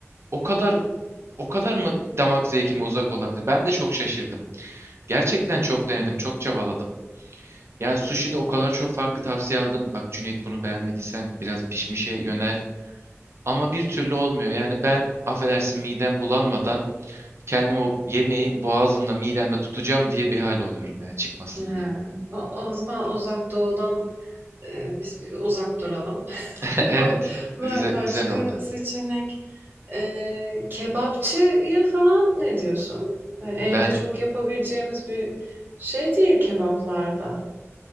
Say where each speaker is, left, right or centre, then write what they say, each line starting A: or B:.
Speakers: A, on the right; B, on the right.
A: O kadar o kadar mı damak zevkime uzak olabilir? Ben de çok şaşırdım. Gerçekten çok denedim, çok çabaladım. Yani sushi'de o kadar çok farklı tavsiye aldım. Bak Cüneyt bunu beğenmediysen biraz pişmişe yönel. Ama bir türlü olmuyor. Yani ben affedersin midem bulanmadan kendim o yemeği boğazımda midemde tutacağım diye bir hal oluyorum ya çıkmasın
B: He.
A: diye.
B: O, o zaman Uzak Doğu'dan e, biz bir uzak duralım. <laughs>
A: <laughs> Evet,
B: Ba- ba-
A: güzel,
B: Başka
A: güzel oldu.
B: seçenek e, kebapçıya falan ne diyorsun? Yani evde
A: Ben
B: çok yapabileceğimiz bir şey değil kebaplarda.